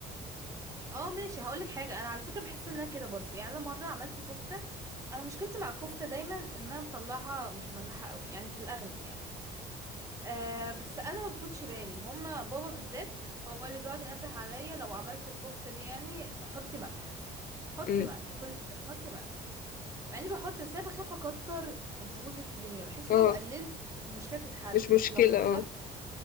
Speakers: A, on the right; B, on the left.
A: اه ماشي هقولك حاجه انا على فكره بحس انها كده برضو يعني انا مره عملت كفته انا مشكلتي مع الكفته دايما ان انا بطلعها مش ملحه قوي يعني في الاغلب يعني آه بس انا ما باخدش بالي هما بابا بالذات هو اللي بيقعد ينبه عليا لو عملت الكفته دي يعني حطي ملح حطي
B: امم
A: ملح كل شويه حطي ملح مع اني بحط بس انا بخاف اكتر تبوظ الدنيا بحس
B: اه
A: لو قللت المشكله تتحل
B: مش مشكله
A: لكن لو كترت
B: اه